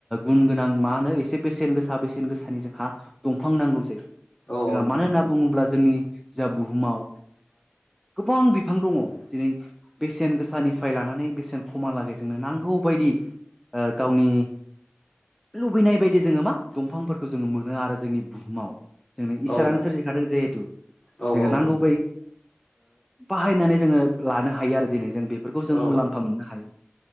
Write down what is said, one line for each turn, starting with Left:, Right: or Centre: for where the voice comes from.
Centre: गुन गोनां मा होनो एसे बेसेन गोसा बेसेन गोसानि जोंहा दंफां नांगौ जायो
Left: औ
Centre: जों
Left: औ
Centre: मानो
Left: नोंथां
Centre: होनना बुङोब्ला जोंनि जा बुहुमाव गोबां बिफां दङ दिनै बेसेन गोसानिफ्राय लानानै बेसेन खमहालागै जोंनो नांगौ बायदि गावनि लुबैनाय बायदि जोङो मा दंफांफोरखौ जोङो मोनो आरो जोंनि बुहुमाव जोंनो
Left: औ
Centre: इसोरानो सोरजिखादों जिहेथु
Left: औ
Centre: जोंङनो
Left: औ
Centre: नांगौ
Left: नोंथां
Centre: बाहनानै जोङो ल हायो आरो दिनै जों बे बेफोरखौ जों
Left: औ
Centre: मुलाम्फा मोननो हायो